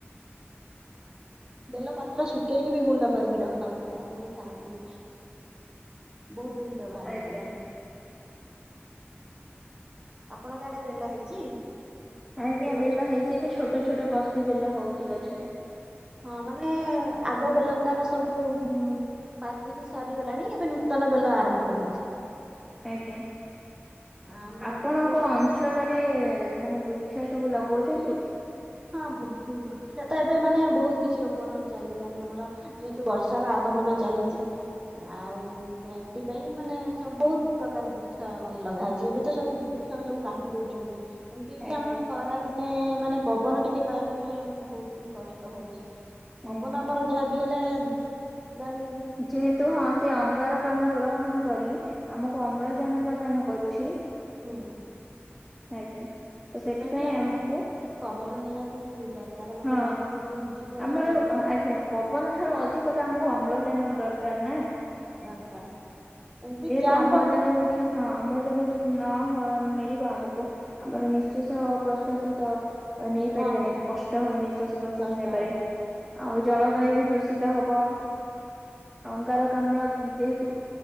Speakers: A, on the right; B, in the centre.
A: ବେଲ ପତ୍ର ଶୁଖେଇକି ବି ଗୁଣ୍ଡ କରିକି ରଖନ୍ତି ତାକୁ ବି ଖାଆନ୍ତି। ବହୁତ ଦିନ ବ୍ୟବହାର କରନ୍ତି।
B: ଆଜ୍ଞା
A: ଆପଣ ଆଡେ ବେଲ ହେଇଛି।
B: ଆଜ୍ଞା।
A: ଏଇ
B: ବେଲ ହେଇଛି। ଏବେ ଛୋଟ ଛୋଟ କଷି ବେଲ ହଉଛି ଗଛରେ।
A: ହଁ ମାନେ ଆଗ ବେଲ ଗୁଡାକ ସବୁ ପାଚିକି ସରିଗଲାଣି ଏବେ ନୂତନ ବେଲ ଆରମ୍ଭ ହଉଛି।
B: ଆଜ୍ଞା।
A: ଆମର
B: ଆପଣଙ୍କ
A: ବି ବହୁତ
B: ଅଞ୍ଚଳରେ ମାନେ ବୃକ୍ଷ ସବୁ ଲଗଉଛନ୍ତି।
A: ହଁ ବୃ-ବୃକ୍ଷ ତ ଏବେ ମାନେ ବହୁତ କିଛି ରୋପଣ ଚାଲିଲାଣି ଆମର। ଯେହେତୁ ବର୍ଷାର ଆଗମନ ଚାଲିଛି। ଆଉ ସେଥିପାଇଁ ମାନେ ସବୁ ବହୁତ ପ୍ରକାର ବୃକ୍ଷ ମାନେ ଲଗା ହେଇଛି। ଏବେ ତ ସବୁ ବୃ ବୃକ୍ଷ ସବୁ କାଟି ଦଉଛନ୍ତି। ଏମିତି କିି
B: ଆଜ୍ଞା
A: ଆମର ଖରା ଦିନେ ମାନେ ପବନ ଟିକେ ପାଇବା ପାଇଁ ଆମକୁ ବହୁତି କଷ୍ଟ ହଉଚି। ପବନ
B: ଆଜ୍ଞା
A: ଆମର ଯାହା ବି ହେଲେ ଦୈନ
B: ଯେହେତୁ ହଁ ସେ ଅଙ୍ଗାରକାମ୍ଳ ଗ୍ରହଣ କରି ଆମକୁ ଅମ୍ଳଜାନ ପ୍ରଦାନ କରୁଛି।
A: ହୁଁ।
B: ଆଜ୍ଞା। ତ ସେଥିପାଇଁ
A: ବି ଆମ
B: ଆମକୁ
A: ପବନ ନିହାତି ବି ଦରକାର ମାନେ
B: ହଁ
A: ଦୈନିକ ଜୀବନରେ
B: ଆମର
A: ପବ
B: ଆଜ୍ଞା ପବନ ଠାରୁ ଅଧିକ ତ ଆମକୁ ଅମ୍ଳଜାନ ଦରକାର ନା।
A: ଦରକାର ଏମିତି
B: ଯେହେତୁ
A: ଫ୍ୟାନ
B: ଅମ୍ଳଜାନ
A: ବ
B: ଯଦି ହଁ, ଅମ୍ଳଜାନ ଯଦି ନ ହଁ ମିଳିବ ଆମକୁ ଆମର ନିଃଶ୍ଵାସ ପ୍ରଶ୍ଵାସ ତ ଆଉ ନେଇ ପାରିବାନି
A: ବନ୍ଦ ହେଇ
B: ଆମକୁ କଷ୍ଟ ହବ ନିଶ୍ୱାସ
A: ବହୁତ
B: ପ୍ରଶ୍ଵାସ
A: କଷ୍ଟ
B: ନେବାରେ।
A: ହବ
B: ଆଉ ଜଳବାୟୁ ବି ଦୂଷିତ ହବ। ଅଙ୍ଗାରକାମ୍ଳ ଯେହେତୁ